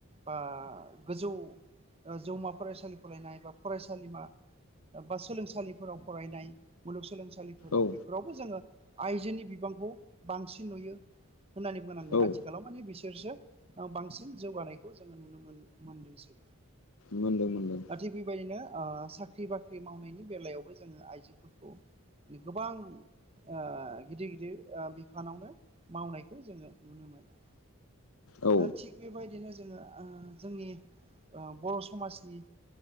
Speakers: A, on the right; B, on the left.
A: बा गोजौ ओ जौमा फरायसालि फरायनाय' बा फरायसालिमा बा सोलोंसालिफोराव फरायनाय' मुलुगसोलोंसालि फोराव
B: औ
A: बेफोरावबो जोङो आइजोनि बिबांखौ बांसिन नुयो होननानै बोनांगोन
B: औ
A: आथिखालाव माने बिसोरसो बांसिन जौगानायखौ जोङो नुनो मोन मोनदोंसै
B: मोनदों मोनदों
A: दा थिग बेबायदिनो ओ साख्रि बाख्रि मावनायनि बेलायावबो जोङो आइजोफोरखौ नि गोबां ओ गिदिर गिदिर ओ बिफानावनो मावनायखौ जोङो नुनो मोनो।
B: औ
A: ओ थिग बेबायदिनो जोङो ओ जोंनि ओ बर' समाजनि